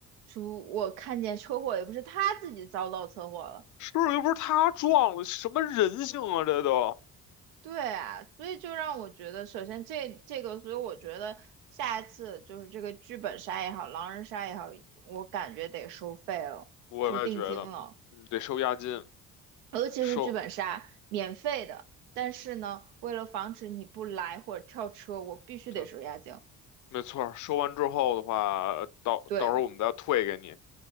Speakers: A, on the right; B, on the left.
A: 说我看见车祸，也不是他自己遭到车祸了，
B: 是不是又不是他撞了，什么人性啊，这都，
A: 对啊，所以就让我觉得，首先这这个，所以我觉得下一次就是这个剧本杀也好，狼人杀也好，我感觉得收费了，
B: 我也觉得，
A: 收定金了，
B: 嗯得收押金，
A: 尤其是剧本杀，
B: 收，
A: 免费的，但是呢，为了防止你不来或者跳车，我必须得收押金。
B: 对，没错儿收完之后的话，到到时候我们再退给你，
A: 对